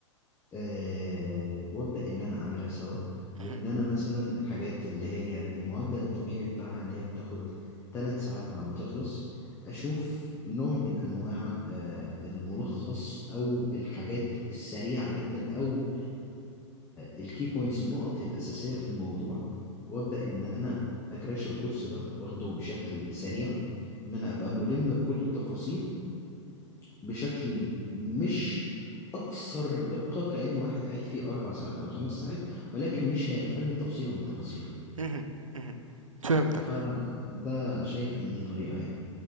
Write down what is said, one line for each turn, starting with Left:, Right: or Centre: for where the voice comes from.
Left: آه، وابدا ان انا اعملها سوا وان
Right: اهم،
Left: انا مثلا الحاجات اللي هي المعدل الطبيعي بتاعها ان هي بتاخد ثلاث ساعات على ما تخلص اشوف نوع من انواع آه، الملخص او الحاجات السريعه جدا او الكي بوينتس النقط الاساسيه في الموضوع وابدا ان انا اكراش الكورس ده واخده بشكل سريع ان انا ابقى ملم بكل التفاصيل بشكل مش أكثر دقة كأن واحد قاعد فيه أربع ساعات ولا خمس ساعات ولكن مش هيغفلني تفصيلة من تفاصيله
Right: اهم، اهم، فهمتك.
Left: فده شايف إن دي طريقة يعني